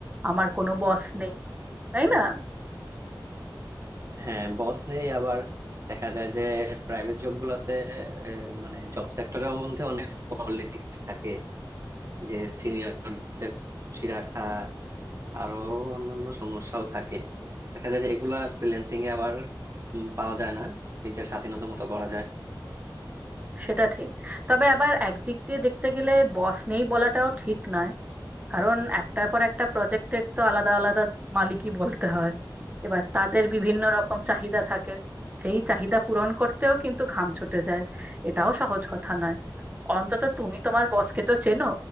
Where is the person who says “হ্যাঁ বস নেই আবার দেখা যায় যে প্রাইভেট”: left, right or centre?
Right